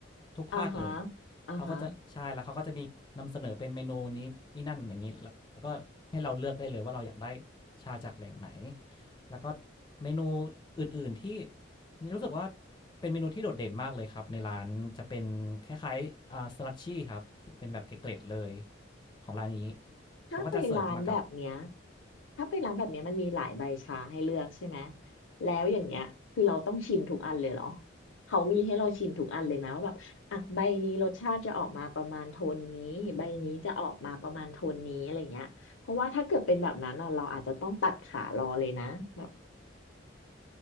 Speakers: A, on the left; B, on the left.
A: ทุกภาคเลย
B: อ่าฮะอ่าฮะ
A: เขาก็จะใช่แล้วเขาก็จะมีนำเสนอเป็นเมนูนี้นี่นั่นอย่างนี้แล้วก็ให้เราเลือกได้เลยว่าเราอยากได้ชาจากแหล่งไหนแล้วก็เมนูอื่นๆที่ รู้สึกว่าเป็นเมนูที่โดดเด่นมากเลยครับในร้านจะเป็นคล้ายๆอ่าสลัดชี่ครับที่เป็นแบบเกล็ดๆเลยของร้านนี้
B: ถ้าไปร้านแบบเนี้ย
A: เขาก็จะเสิร์ฟมากับ
B: ถ้าไปร้านแบบเนี้ยมันมีหลายใบชาให้เลือกใช่ไหมแล้วอย่างเงี้ยคือเราต้องชิมทุกอันเลยเหรอเขามีให้เราชิมทุกอันเลยไหมว่าแบบอ่ะใบนี้รสชาติจะออกมาประมาณโทนนี้ใบนี้จะออกมาประมาณโทนนี้อะไรเงี้ยเพราะว่าถ้าเกิดเป็นแบบนั้นอ่ะเราอาจจะต้องตัดขารอเลยนะแบบ